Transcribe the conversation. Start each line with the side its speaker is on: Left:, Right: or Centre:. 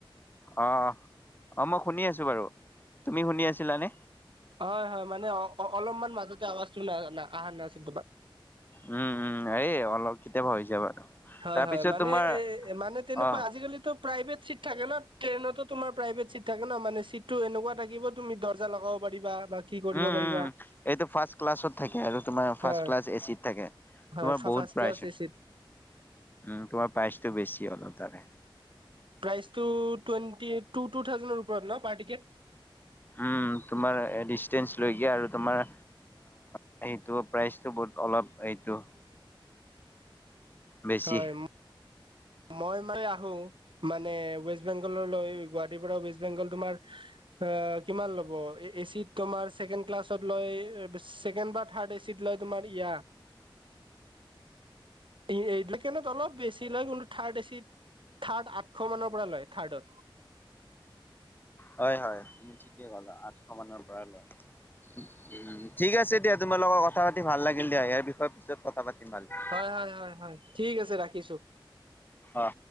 Left: অ', অ', মই শুনি আছোঁ বাৰু তুমি শুনি আছিলানে?
Right: অ', হয়, হয় মানে অ', অলপমান মাজতে আৱাজটো ন অহা নাছিল তোমাৰ
Left: উম, উম এই অলপ কেতিয়াবা হৈ যায় বাৰু
Right: হয়,
Left: তাৰপিছত
Right: হয় মানে
Left: তোমাৰ
Right: এ মানে তেনেকুৱা
Left: অ
Right: আজিকালিতো প্ৰাইভেট চিট থাকে ন ট্ৰেইনতো তোমাৰ প্ৰাইভেট চিট থাকে ন মানে চিটটো এনেকুৱা থাকিব তুমি দৰ্জা লগাব পাৰিবা বা কি কৰিব
Left: উম,
Right: পাৰিবা
Left: উম এইটো ফাৰ্ষ্ট ক্লাছত থাকে আৰু তোমাৰ
Right: হয়
Left: ফাৰ্ষ্ট ক্লাছ এচি ত থাকে
Right: হয়
Left: তোমাৰ বহুত
Right: ফাৰ্ষ্ট
Left: প্ৰাইছে
Right: ক্লাছ
Left: উ
Right: এ চিত
Left: তোমাৰ প্ৰাইচটো বেছি অলপ তাৰে
Right: প্ৰাইচ টো টুৱেণ্টি টু টু থাউজেণ্ডৰ ওপৰত ন পাৰ টিকেট।
Left: উম, তোমাৰ ডিস্টেঞ্চ লৈকে আৰু তোমাৰ সেইটো প্ৰাইচটো বহুত অলপ এইটো বেছি।
Right: হয় মই মানে আহো মানে ৱেষ্ট বেংগললৈ গুৱাহাটীৰ পৰা ৱেষ্ট বেংগল তোমাৰ এ কিমান ল'ব এচিত তোমাৰ ছেকেণ্ড ক্লাছত লৈ বেছি ছেকেণ্ড বা থাৰ্ড এ চিত লয় তোমাৰ ইয়া এই এইবিলাক নত অলপ বেছি লয় কিন্তু থাৰ্ড এচিত থাৰ্ড আঠশমানৰ পৰা লয় থাৰ্ডত
Left: হয়, হয় তুমি ঠিকে ক'লা আঠশ মানৰ পৰা লোৱা উম ঠিক আছে দিয়া তোমাৰ লগত কথা পাতি ভাল লাগিল দিয়া ইয়াৰ বিষয়ে পিছত কথা পাতিম আৰু।
Right: হয়, হয়, হয়, হয় ঠিক আছে ৰাখিছোঁ।
Left: অ'।